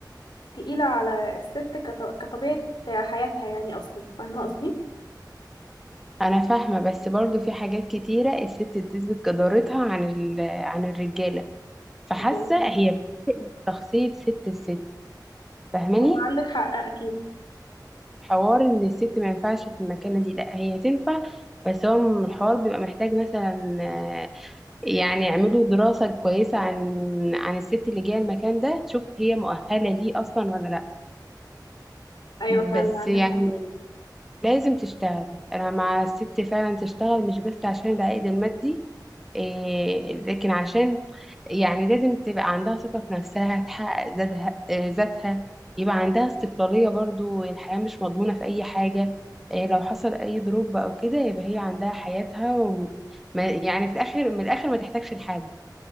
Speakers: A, on the left (about 80°); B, in the centre.
A: تقيلة على الست كط- كطبيعة حياتها يعني أصلا فاهمة قصدي؟
B: انا فاهمة بس برضو في حاجات كتيرة الست بتثبت جدارتها عن ال... عن الرجالة فحاسة
A: هو
B: هي شخصية ست الست فاهماني
A: هو عندك حق أكيد
B: حوار ان الست ما ينفعش في المكانه دي لا هي تنفع بس هو الحوار بيبقى محتاج مثلا آه، يعني يعملوا دراسه كويسه عن عن الست اللي جايه المكان ده تشوف هي مؤهله ليه اصلا ولا لا
A: أيوة فعلا
B: بس
A: عندك
B: يعني
A: حق
B: لازم تشتغل انا مع الست فعلا تشتغل مش بس عشان العائد المادي إيه، لكن عشان يعني لازم تبقى عندها ثقة في نفسها تحقق ذاتها آه، ذاتها يبقى عندها استقلالية برضو الحياة مش مضمونة في أي حاجة آه، لو حصل أي دروب أو كده يبقى هي عندها حياتها وما يعني في الآخر من الآخر ما تحتاجش لحاجة